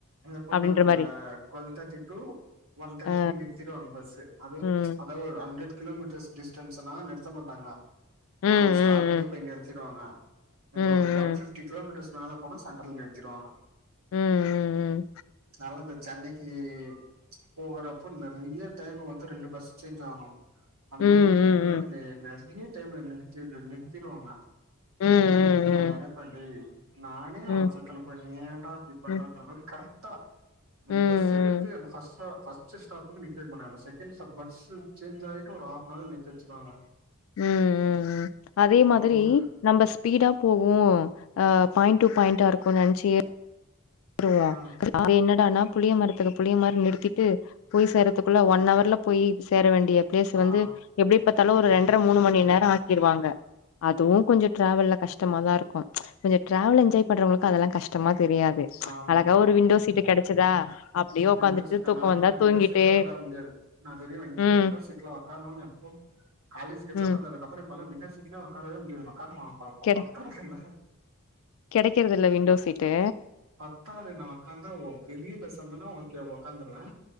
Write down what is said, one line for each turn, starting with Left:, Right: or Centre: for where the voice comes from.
Right: எப்பவுமே
Left: அப்டின்ற
Right: அந்த
Left: மாரி
Right: ட்வல் தேர்ட்டி டூ ஒன் தேர்ட்டிக்கி
Left: அ
Right: நிறுத்திடுவாங்க ங்க பஸ்ஸு அது
Left: ம்
Right: அதாவ்து ஒரு ஹண்ட்ரட் கிலோமீட்டர்ஸ் டிஸ்டன்ஸ் <unintelligible> நிறத்த மாட்டாங்க
Left: ம் ம்
Right: அவுங்க ஸ்டாப்பிங்கே
Left: ம்
Right: போய் நிறுத்திடுவாங்க இந்த
Left: ம்
Right: ஒரு ஒன் பிஃப்டி கிலோமீட்டர்ஸ் மேல போனா சென்டர்ல நிறுத்திடுவாங்க
Left: ம் ம் ம் ம்
Right: அத்லா இந்த சென்னைக்கி போகறப்ப நிறைய டைம் வந்து ரெண்டு பஸ் சேஞ்ச் ஆகணு அந்த
Left: ம் ம் ம்
Right: மாரி டைம்ல வந்து நெ <unintelligible> டைம்ல நிறுத்திடுங் நிறுத்திடுவாங்க
Left: ம் ம் ம்
Right: நாங்க என்ன பண்றது நானே
Left: ம்
Right: அவசரத்துல
Left: ம்
Right: போய்னு நீ ஏண்டா அப்டி பண்றது
Left: ம் ம்
Right: மாரி கரெக்டா இந்த
Left: ம்
Right: பஸ் எடுத்து
Left: ம்
Right: அந்த ஃபஸ்ஸா ஃபர்ஸ்ட்டு ஸ்டாப்புக்கு நிக்க வைக்க மாட்டாங்க செகண்ட் ஸ்டாப் பஸ்ஸு சேஞ்ச் ஆயட்டு ஒரு ஹாஃப்னவரு நிக்கவச்சுருவாங்க
Left: உம் ம் அதே மாதிரி
Right: அவங்களுக்கு
Left: நம்ம ஸ்பீடா போகும் அ பாயிண்ட் டு பாயிண்டா இருக்கும் நெனச்சு ஏற் வருருவா
Right: ஆ
Left: <inaudible> அவர் என்னடானா புளிய மரத்துக்கு அதே மாரி நிறுத்திட்டு போய் சேர்றதுக்குள்ள ஒன் ஹவர்ல போயி சேர வேண்டிய பிளேஸ்
Right: ஆ
Left: வந்து எப்டி த்தால ஒரு ரெண்டரை மூணு மணி நேரோ ஆக்கிடுவாங்க அதுவு கொஞ்சொ ட்ராவல்ல கஷ்டமா தா இருக்கு கொஞ்சொ ட்ராவல் என்ஜாய் பண்றவங்களுக்கு அதெல்லா கஷ்டமா தெரியாது
Right: ஆமா
Left: அழகா
Right: ஆமா
Left: ஒரு விண்டோ சீட்டு கெடச்சதா அப்டியே உக்காந்துட்டு
Right: விண்டோ சீட்டா
Left: தூக்கோ
Right: நானெல்லா
Left: வந்தா
Right: விண்டோ
Left: தூங்கிட்டு
Right: சீட்ல ஒக்கார முடியாது நா தெரியு விண்
Left: ம்
Right: விண்டோ சீட்ல உக்காரணும்னு எப்போ காலேஜ் டைம்ல
Left: ம்
Right: உக்காந்தது அதுக்கப்பறோ இப்பெல்லா விண்டோ சீட்லயே உட்காரவே முடியாது உக்காருமா ப
Left: கெடை
Right: இல்ல
Left: கெடைக்கிறது இல்ல விண்டோ சீட்டு
Right: பத்தாவது நா உக்காந்தா ஓ பெரிய பஸ்ஸா வந்தென்னா ஓகே உக்காந்துடுவே